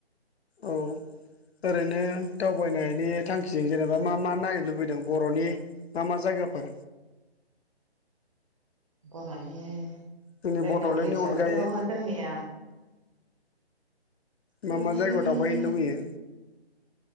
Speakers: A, on the left; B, on the right.
A: औ ओरैनो दावबायनायनि थांखिजों जेनेबा मा मा नायनो लुबैदों बर'नि मा मा जायगाफोर
B: बर'नि
A: जोंनि
B: जायगाफोर
A: बड'लेण्डनि
B: हिसाबैथ'
A: अनगायै
B: जोंनिया जोंनि
A: मा मा जायगायाव दावबाय हैनो लुबैयो